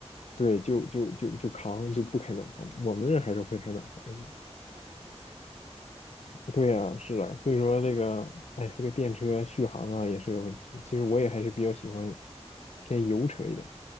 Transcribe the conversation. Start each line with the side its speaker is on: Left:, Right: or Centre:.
Left: 对，就就就就扛就不开暖房，我们那儿还是会开暖房的
Right: 啊，对对对，要不然会死人。
Left: 对呀，是啊，所以说这个，哎，这个电车续航啊也是个问题。其实我也还是比较喜欢偏油车一点。